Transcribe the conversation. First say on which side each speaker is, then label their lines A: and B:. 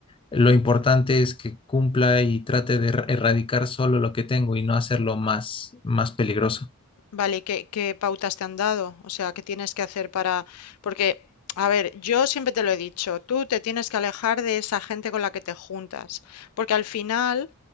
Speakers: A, on the left; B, on the left.
A: lo importante es que cumpla y trate de er- erradicar solo lo que tengo y no hacerlo más, más peligroso.
B: Vale, ¿y qué, qué pautas te han dado? O sea, ¿qué tienes que hacer para...? Porque, a ver, yo siempre te lo he dicho, tú te tienes que alejar de esa gente con la que te juntas, porque al final